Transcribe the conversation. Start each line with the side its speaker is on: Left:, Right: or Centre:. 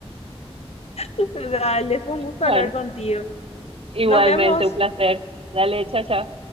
Left: <laughs> dale, fue un gusto
Right: Vale,
Left: hablar contigo.
Right: igualmente
Left: Nos vemos.
Right: un placer. Dale, chao, chao.